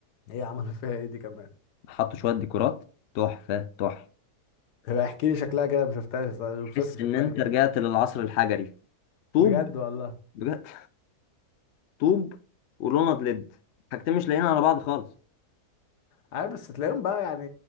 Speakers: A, on the left; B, on the left.
A: هي عملوا فيها ايه دي كمان
B: حطوا شوية ديكورات تحفة تحفة
A: هي احكي لي شكلها كده ما شفتهاش اوصف
B: تحس
A: لي
B: ان
A: شكلها
B: انت
A: كده
B: رجعت للعصر الحجري طوب
A: بجد والله
B: بجد طوب ولوند ليد حاجتين مش لاقيين على بعض خالص
A: عارف بس تلاقيهم بقى يعني